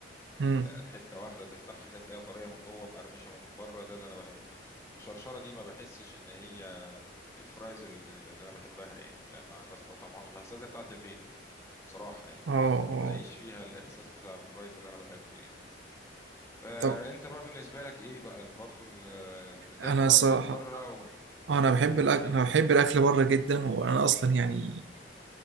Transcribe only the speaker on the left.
حته واحده تفتحها كده تلاقيها طريه من جوه مقرمشه من بره ده اللي انا بحبه المشرشره دي ما بحسش ان هي الفرايز اللي اللي انا بحبها يعني لا ما بستطعمهاش بحسها زي بتاعه البيت بصراحه يعني
ما
بلاقيش فيها الاحساس بتاع الفرايز اللي انا بحبه يعني آه
انت بقى بالنسبه لك ايه بقى ال- برضو ال- ال- بتاكل
اصلا من بره و-
ولا
بتحب
ايه